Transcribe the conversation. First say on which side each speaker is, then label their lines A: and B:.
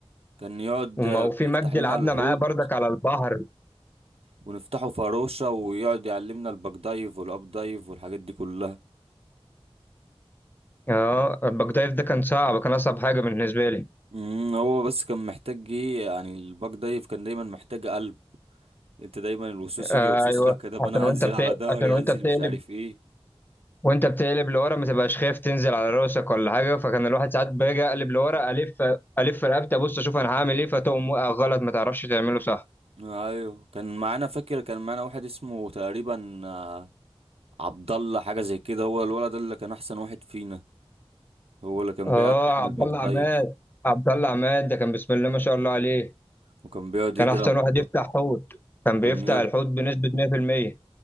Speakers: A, on the right (about 70°); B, on the left (about 20°).
A: كان يقعد
B: وما
A: آه،
B: وفي
A: بيفتح
B: مجدي
A: لنا
B: لعبنا
A: الحوض
B: معاه بردك على البحر
A: ونفتحه فروشة ويقعد يعلمنا الباك دايف والاب دايف والحاجات دي كلها
B: اه الباك دايف ده كان صعب كان اصعب حاجه بالنسبه لي
A: امم هو بس كان محتاج ايه يعني الباك دايف كان دايما محتاج قلب انت دايما الوسوس
B: آه
A: يجي يوسوس
B: ايوه
A: لك ده
B: عشان
A: انا
B: وانت
A: هنزل
B: بت...
A: على ظهري
B: عشان وانت
A: هنزل
B: بتقلب
A: مش عارف ايه
B: وانت بتقلب لورا ما تبقاش خايف تنزل على راسك ولا حاجه فكان الواحد ساعات باجي اقلب لورا الف الف رقبتي ابص اشوف انا هعمل ايه فتقوم واقع غلط ما تعرفش تعمله صح
A: ايوه كان معانا فاكر كان معانا واحد اسمه تقريبا آه، عبد الله حاجه زي كده هو الولد ده اللي كان احسن واحد فينا هو اللي كان
B: اه
A: بيعرف يعمل
B: عبد
A: باك
B: الله
A: دايف
B: عماد عبد الله عماد ده كان بسم الله ما شاء الله عليه
A: وكان بيقعد
B: كان
A: يضرب
B: احسن واحد يفتح حوت كان
A: وكان
B: بيفتح
A: يقعد
B: الحوت بنسبة 100%